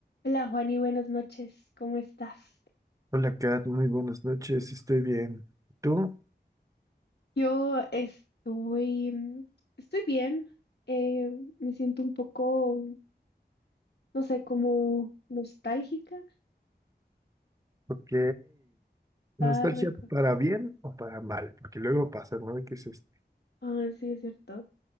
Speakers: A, on the left (about 70°); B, on the right (about 20°).
A: Hola Juani, buenas noches, ¿cómo estás?
B: Hola Kat, muy buenas noches, estoy bien. ¿Tú?
A: Yo estoy, mm, estoy bien, eh, me siento un poco, no sé, como nostálgica.
B: Ok. ¿Nostalgia
A: Ah, reco-
B: para bien o para mal? Porque luego pasa, ¿no? ¿Qué es esto?
A: ah, sí, es cierto.